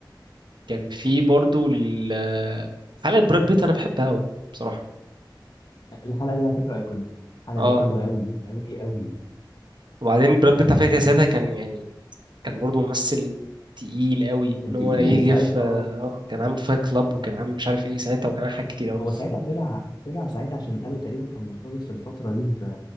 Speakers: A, on the right (about 70°); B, on the left (about 60°).
A: كان في برضه ال- حلقة براد بيت أنا بحبها أوي بصراحة
B: الحلقه دي على فكره ايكونيك الحلقه
A: اه
B: دي حلوه قوي قوي قوي
A: وبعدين براد
B: آه
A: بيت على فكرة ساعتها كان يعني كان برضه ممثل تقيل أوي
B: كان
A: إن
B: تقيل
A: هو يجي
B: ساعتها
A: في
B: اه
A: اه كان عامل فايت كلاب وكان عامل مش عارف ايه ساعتها وكان عامل حاجات كتير أوي
B: هو ساعتها طلع طلع ساعتها عشان قالوا تقريبا كان مرتبط في الفترة دي ب...